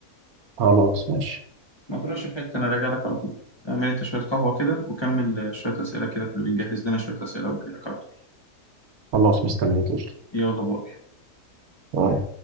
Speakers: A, on the right; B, on the left.
A: خلاص ماشي
B: ما تروحش في حتة أنا راجع لك على طول اعمل أنت شوية قهوة كده وكمل شوية أسئلة كده في الويب جهز لنا شوية أسئلة وجاي لك على طول
A: خلاص مستنيك قشطة
B: يلا باي
A: باي.